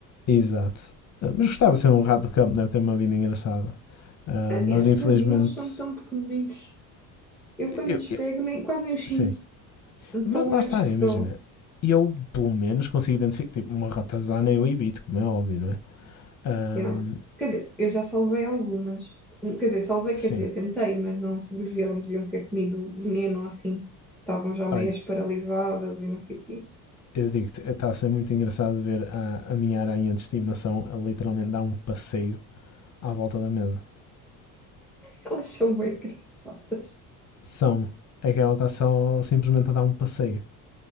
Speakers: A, on the left; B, in the centre.
A: Exato. Ah, Mas gostava de ser um rato do campo, deve ter uma vida engraçada. Ah,
B: Estes
A: mas infelizmente.
B: tadinhos, eles são tão pequeninos. Eu
A: eu-
B: quando lhes
A: eu-
B: pego, nem, quase nem os sinto,
A: sim.
B: de
A: Mas
B: tão
A: lá
B: leves
A: está,
B: que
A: imagina.
B: são.
A: Eu, pelo menos, consigo identificar. Tipo, uma ratazana eu evito, como é óbvio, não é? Ahm,
B: Yeah. Quer dizer, eu já salvei algumas. Hum, Quer dizer, salvei,
A: sim,
B: quer dizer, tentei, mas não sobreviveram, deviam ter comido veneno ou assim. Estavam já meias
A: olha,
B: paralisadas e não sei o quê.
A: eu digo-te, está a ser muito engraçado ver a, a minha aranha de estimação a literalmente dar um passeio à volta da mesa.
B: Elas são bem <laughs> engraçadas.
A: São. É que ela está só simplesmente a dar um passeio.